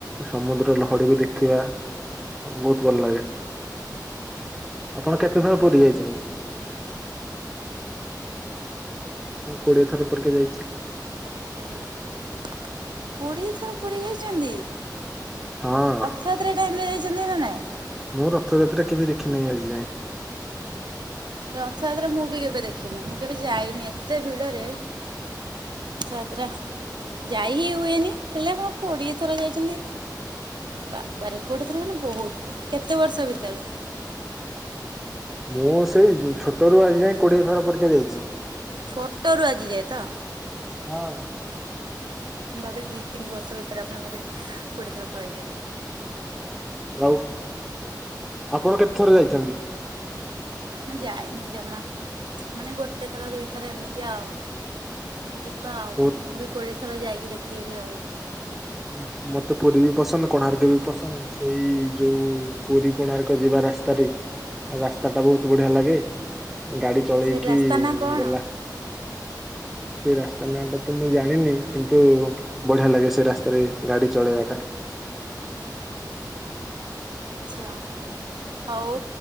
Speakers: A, in the centre; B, on the right (about 85°).
A: ସମୁଦ୍ର ଲହଡିକୁ ଦେଖିବା ବହୁତ ଭଲ ଲାଗେ। ଆପଣ କେତେଥର ପୁରୀ ଯାଇଚନ୍ତି? କୋଡ଼ିଏ ଥର ପରକେ ଯାଇଚି।
B: <inaudible> କୋଡ଼ିଏ ଥର ପୁରୀ ଯାଇଚନ୍ତି?
A: ହଁ।
B: ରଥଯାତ୍ରା ଟାଇମରେ ଯାଇଚନ୍ତି ନା ନାଇଁ?
A: ମୁଁ ରଥଯାତ୍ରା କେବେ ଦେଖି ନାହିଁ ଆଜି ଯାଏଁ।
B: ରଥଯାତ୍ରା ମୁଁ ବି କେବେ ଦେଖିନି। ମୁଁ କେବେ ଯାଇନି ଏତେ ଭିଡରେ। ଥ ଯାତ୍ରା ଯାଇ ହି ହୁଏନି। ହେଲେ ଆପଣ କୋଡିଏ ଥର ଯାଇଚନ୍ତି ବାପା ରେ କୋଡିଏ ଥର ମାନେ ବହୁତ କେତେ ବର୍ଷ ଭିତରେ?
A: ମୁଁ ସେଇ ଛୋଟରୁୁ ଆଜି ଯାଏ କୋଡିଏ ଥର ପରିକା ଯାଇଚି।
B: ଛୋଟରୁ ଆଜିଯାଏ ତ?
A: ହଁ।
B: ଭାବିଲି ଦି ତିନି ବର୍ଷ ଭିତରେ ଆପଣ ବୋଧେ କୋଡ଼ିଏ ଥର ପଳେଇଚନ୍ତି।
A: ଆଉ ଆପଣ କେତେ ଥର ଯାଇଚନ୍ତି?
B: ମୁଁ ଯାଇନି ଜମା ମାନେ ଗୋଟେ ଥର ଦି ଥର ଏମିତି ଆଉ। ଯିବା ଆଉ।
A: ବହୁତ
B: ମୁଁ ବି କୋଡ଼ିଏ ଥର ଯାଇକି ଦେଖେଇବି ଆଉ।
A: ଉଁ ମତେ ପୁରୀ ବି ପସନ୍ଦ, କୋଣାର୍କ ବି ପସନ୍ଦ। ସେଇ ଯୋଉ ପୁରୀ କୋଣାର୍କ ଯିବା ରାସ୍ତାରେ ରାସ୍ତା ଟା ବହୁତ ବଢିଆ ଲାଗେ। ଗାଡି ଚଳେଇକି
B: ସେ ରାସ୍ତା ନା କଣ?
A: ଗଲା ସେ ରାସ୍ତା ନାଁ ଟା ତ ମୁଁ ଜାଣିନି କିନ୍ତୁ ବଢିଆ ଲାଗେ ସେ ରାସ୍ତ ଆରେ ଗାଡି ଚଳେଇବାଟା।
B: ଆଛା। ହଉ